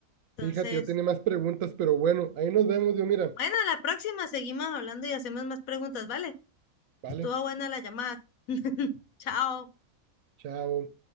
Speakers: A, on the left; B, on the right.
A: Entonces,
B: Fíjate, yo tenía más preguntas, pero bueno, ahí nos vemos, yo mira.
A: bueno, a la próxima seguimos hablando y hacemos más preguntas, ¿vale?
B: Vale,
A: Estuvo buena la llamada. <laughs> Chao.
B: chao.